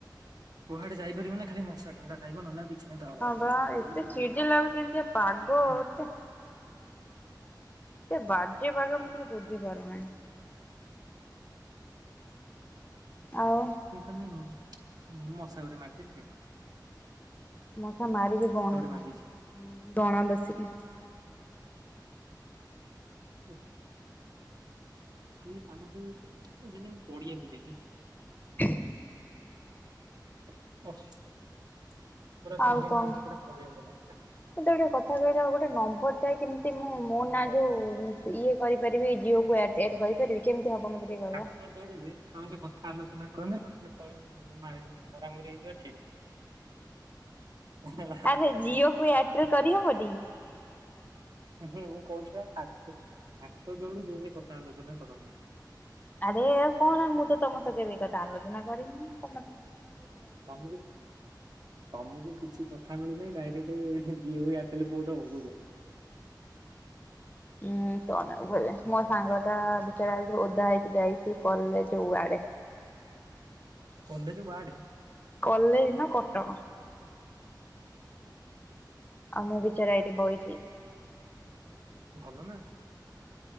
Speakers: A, on the right; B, on the left.
A: କୁହାଡେ ଯାଇପାରିବନି ଖାଲି ମଶା କାମୁଡା ଖାଇବ ନହେଲେ ଆଉ କିଛି ନାହିଁ ତା ବଇଁଶ
B: ହଁ ବା
A: ଠୁଙ୍ଗୁରି
B: ଏତେ ଚିଡି
A: ଆ
B: ଲାଗୁଛି ଏମିତି ଆ ପାଗ- ଛି। ସେ ବାଜେ ପାଗ ମୁଁ କିଛି ବୁଝି ପାରୁନି। ଆଉ
A: ନି ତାହଲେ ମଶା ଗୋଟେ ମାରିଦେଲି ରେ।
B: ମସା ମାରିିକି ଗୁଣୁଥା,
A: ମାରିଦେଇଛି।
B: ହୁଁ ଗଣ ବସିକି।
A: ହୁ,। ଆ ଖାଲି କାମ ଯେ ଦିଦି ମୁଁ ପଡିଆକୁ ଯାଇଛି।
B: ହ <unintelligible>
A: <unintelligible>
B: ଆଉ
A: ଫିଲିଙ୍ଗ
B: କଣ
A: ହଉଛି ପୁରା ପଡିଆକୁ ଗଲା ଭଳିଆ।
B: ମତେ ଗୋଟେକଥା କହିଲ? ନମ୍ବର ଟା କେମିତି ମୁଁ ମୋ ନାଁ ଯୋଉ ଇଏ କରିପାରିବି ଜିଓ କୁ? ଏୟାରଟେଲ କରିପାରିବି କେମିତି ହବ ମତେ ଟିକେ କହିଲ?
A: ହାତଦୋଡୁଛି ତମେ ସେ କଥା ଆଲୋଚନା କରନି ତଣୁ କେତେବେଳେ ମୁଁ ମାରିବିନି ମରାମରି ହେଇଯିବ ହେଲା
B: ଆରେ ଜିଓ କୁ ଏୟାରଟେଲ କରି ହବନି?
A: ମାନେ ମୁଁ କହୁଛି ହାତ ଯୋଡୁଛି କଥା ଆଲୋଚନା କରନି।
B: ଆରେ ଏ କଣ ମୁଁ ତ ତମ ସଙ୍ଗେ ଏ କଥା ଆଲୋଚନା କରିନିଁ।
A: ତମକୁ ତମକୁ କିଛି କଥା ମିଳୁନହିଁ ଡାଇରେକ୍ଟ ସେ ଜିଓ <unintelligible> ଖାଲି ପୁଟ ହବ।
B: ଉଁ କଣ ବୋଲେ ମୋ ସାଙ୍ଗ ଟା ବିଚାର ଯଉ ଓଧା ହେଇକି ଯାଇଛି କଲେଜ୍ ଉଆଡେ।
A: College ward?
B: କଲେଜ ନା କଟକ।
A: <inaudible>
B: ଆଉ ମୁଁ ବିଚରା ଏଇଠି ବଇଛି।
A: ଭଲ ନା।